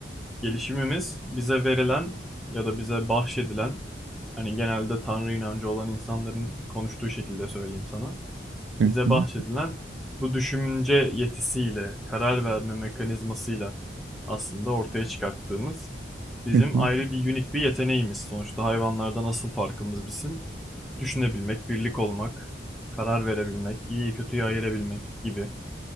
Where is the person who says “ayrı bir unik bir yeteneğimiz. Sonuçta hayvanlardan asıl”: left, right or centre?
Centre